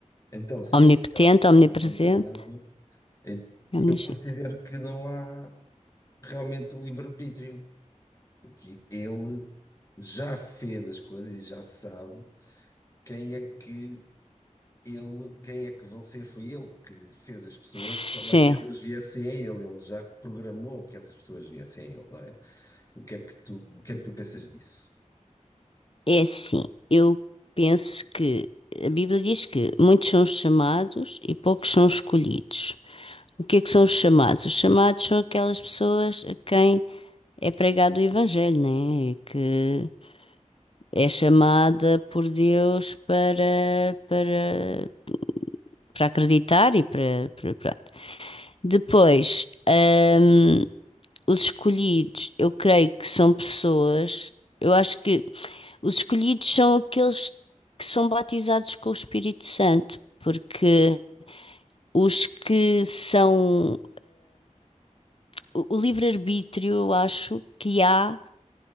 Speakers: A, on the left; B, on the left.
A: Então, se
B: Omnipotente,
A: ele sabe, está
B: omnipresente,
A: em todo lado, é,
B: é omnisciente.
A: eu considero que não há realmente um livre-arbítrio. Porque ele já fez as coisas e já sabe quem é que ele, quem é que vão ser. Foi ele que fez as pessoas
B: Sim,
A: de forma que elas viessem a ele. Ele já programou que essas pessoas viessem a ele, não é? O que é que tu, o que é que tu pensas disso?
B: é assim. Eu penso que a Bíblia diz que muitos são os chamados e poucos são os escolhidos. O que é que são os chamados? Os chamados são aquelas pessoas a quem é pregado o Evangelho, né? Que é chamada por Deus para, para
A: Uhum.
B: para acreditar e para, para- pronto. Depois, hum, os escolhidos, eu creio que são pessoas, eu acho que os escolhidos são aqueles que são batizados com o Espírito Santo, porque os que são o o livre-arbítrio, eu acho que há,